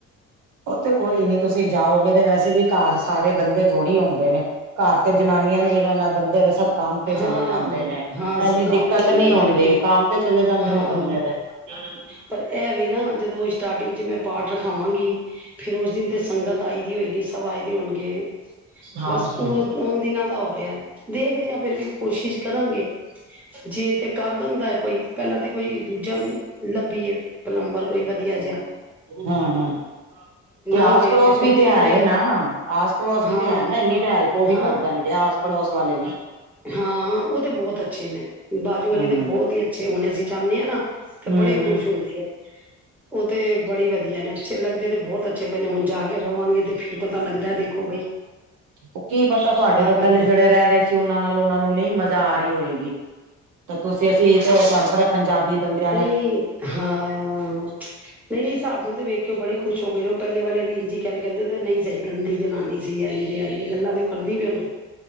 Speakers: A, on the right (about 80°); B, in the centre.
A: ਉਹ ਤੇ ਕੋਈ ਨੀਂ ਤੁਸੀਂ ਜਾਓਗੇ ਤੇ ਵੈਸੇ ਵੀ ਘਰ ਸਾਰੇ ਬੰਦੇ ਥੋੜ੍ਹੀ ਹੁੰਦੇ ਨੇ। ਘਰ ਤੇ ਜਨਾਨੀਆਂ ਨੇਂ ਈ ਰਹਿਣਾ, ਬੰਦੇ ਦਾ ਸਭ ਕੰਮ ਤੇ
B: ਹਾਂ
A: ਚਲੇ ਜਾਂਦੇ ਨੇਂ,
B: ਹਾਂ ਸਭ
A: ਐਨੀ
B: ਕੰਮ
A: ਦਿੱਕਤ
B: ਤੇ ਚਲੇ
A: ਨੀਂ
B: ਜਾਂਦੇ
A: ਹੋਂਦੀ
B: ਨੇ
A: ਕੰਮ ਤੇ ਚਲੇ ਜਾਂਦੇ
B: ਹਾਂ
A: ਨੇਂ ਬੰਦੇ ਤੇ। ਹੂੰ ਹੂੰ
B: ਪਰ ਐ ਵੇ ਨਾਂ ਜਦੋਂ ਸਟਾਰਟਿੰਗ ਚ' ਮੈਂ ਪਾਠ ਰਖਾਵਾਂਗੀ। ਫੇਰ ਉਸ ਦਿਨ ਤੇ ਸੰਗਤ ਆਈ ਦੀ ਹੋਏਗੀ, ਸਭ ਆਏ ਦੇ ਹੋਣਗੇ।
A: ਹਾਂਜੀ।
B: ਬਸ ਉਸ-ਉਨ ਦਿਨਾਂ ਦਾ ਹੋ ਰਿਹਾ, ਦੇਖ ਦਿਆ ਫੇਰ ਵੀ ਕੋਸ਼ਿਸ਼ ਕਰਾਂਗੇ, ਜੇ ਤੇ ਕਰ ਦਿੰਦਾ ਏ ਕੋਈ, ਪਹਿਲਾਂ ਤੇ ਕੋਈ ਦੂਜਾ ਮ, ਲੱਭੀਏ, ਪਲੰਬਰ ਕੋਈ ਵਧੀਆ ਜਿਆ।
A: ਹਾਂ-ਹਾਂ। ਤੇ ਆਸ-ਪੜੋਸ
B: ਹੋਏ ਫੇਰ
A: ਵੀ ਤੇ
B: ਦੇਖਦੇ
A: ਹੈ
B: ਆ
A: ਈ ਨਾਂ, ਆਸ-ਪੜੋਸ
B: ਹਾਂ
A: ਵੀ ਤੇ ਹੈ ਨਾਂ ਇੰਨੀ ਤੇ ਹੈਲਪ ਉਹ ਵੀ
B: ਹਾਂ
A: ਕਰ ਦੇਣਗੇ ਆਸ ਪੜੋਸ ਵਾਲੇ ਵੀ।
B: ਹਾਂ ਉਹ ਤੇ ਬਹੁਤ ਅੱਛੇ ਨੇਂ, ਬਾਜੂ ਵਾਲੇ
A: ਹੂੰ
B: ਤਾਂ ਬਹੁਤ ਈ ਅੱਛੇ ਹੁਣੇ ਅਸੀਂ ਜਾਂਨੇ ਆਂ ਨਾਂ। ਤੇ
A: ਹੂੰ
B: ਬੜੇ
A: ਹੂੰ।
B: ਖ਼ੁਸ਼ ਹੁੰਦੇ ਐ, ਉਹ ਤੇ ਬੜੀ ਵਧੀਆ ਨੇਂ ਅੱਛੇ ਲੱਗਦੇ ਤੇ ਬਹੁਤ ਅੱਛੇ ਪਏ ਨੇ ਹੁਣ ਜਾ ਕੇ ਰਵਾਂਗੇ ਤੇ ਫੇਰ ਪਤਾ ਲੱਗਦਾ ਦੇਖੋ ਬਈ।
A: ਓ ਕੀ ਪਤਾ ਤੁਹਾਡੇ
B: ਤਾਂ
A: ਤੋਂ
B: ਕਰਕੇ
A: ਪਹਿਲੇ ਜਿਹੜੇ ਰਹਿ ਰਹੇ ਸੀ ਉਹਨਾਂ ਨਾਲ ਉਹਨਾਂ ਨੂੰ ਨਹੀਂ ਮਜ਼ਾ ਆ ਰਹੀ ਹੋਏਗੀ। ਤੇ ਤੁਸੀਂ-ਅਸੀਂ ਤੇ ਉਹ ਤੁਹਾਨੂੰ ਪਤਾ ਪੰਜਾਬੀ ਬੰਦੇ।
B: ਤਾਂਈ, ਹਾਂ। ਨਈਂ-ਨਈਂ ਸਾਨੂੰ ਤੇ ਵੇਖ ਕੇ ਉਹ ਬੜੇ ਖੁਸ਼ ਹੋ ਗਏ ਤੇ ਉਹ ਪਹਿਲੇ ਵਾਲੇ ਦੀ ਇੰਝ ਹੀ ਕਹਿ ਰਏ ਕਹਿੰਦੇ ਓ ਤਾਂ ਨਈਂ ਸਹੀ ਗੰਦੀ ਜਨਾਨੀ ਜੀ ਆਈ ਵੀ ਆਈ ਗੱਲਾਂ ਤੇ ਉਹ ਕਰਦੀ ਵੀ ਉਹਨੂੰ,